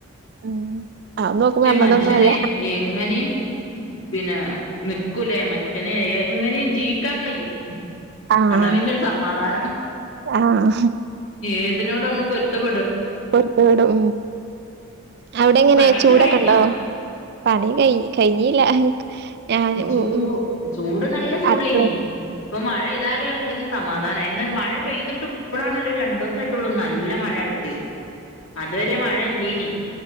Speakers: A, on the right; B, on the left.
A: ഉം അത് നോക്കുമ്പോ
B: ക്ഷെ
A: നമ്മൾതൊന്നും
B: മനുഷ്യനെ
A: അല്ല
B: എങ്ങനെ പിൻ ആ നിക്കൂലേ മനുഷ്യന് എങ്ങനെയും ജീവിക്കാൻ കഴിയും.
A: ആഹ്
B: അതാ പിന്നൊരു സമാധാനം.
A: ആഹ്
B: ഏതിനോട് നമ്മെള്പ്പെട്ടും.
A: ർപ്പൂടും അവെടെങ്ങനെയാ
B: പണിയൊക്കെ
A: ചൂടൊക്കെണ്ടോ?
B: കഴിഞ്ഞോ
A: പണി കഴി കഴിഞ്ഞില്ല. ഞാൻ ഉ
B: ചൂ
A: ഉം
B: ചൂട് നല്ല ചൂടേനി
A: അടുക്കളേക്ക്
B: ഇപ്പൊ മഴയിതാര വന്നിരു. സമാധാനമായി ഇന്നൊരു മഴ പെയ്തിട്ട് ഇപ്പളാണല്ലോ രണ്ടു ദിവസായിട്ടുള്ളൂ നല്ല മഴയായിട്ട്. അതുവരെ മഴ ഇല്ലേനി